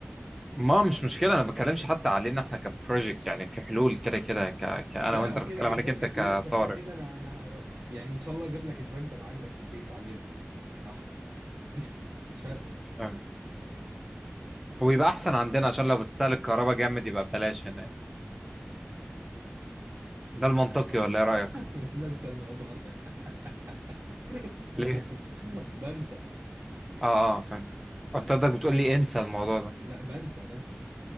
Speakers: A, in the centre; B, on the right (about 65°).
A: ما مش مشكلة انا ما بتكلمش حتى علينا احنا كبروجكت يعني في حلول كده كده ك... كأنا
B: لا
A: وانت
B: لا هو
A: أنا
B: كده
A: بتكلم
B: كده
A: عليك
B: بروجكت
A: انت كطارق
B: ايه يا اسطى كده كده انا انا ه- يعني ان شاء الله اجيب لك البرينتر عندك في البيت اعلمك صح <laughs> مش فارقه
A: فهمت ويبقى احسن عندنا عشان لو بتستهلك كهرباء جامد يبقى ببلاش هنا يعني. ده المنطقي ولا ايه رأيك؟
B: <laughs> بنسى الموضوع ده <laughs>
A: ليه؟
B: بنسى
A: اه اه فهمت افترضك بتقول لي انسى الموضوع ده
B: لا بنسى بنسى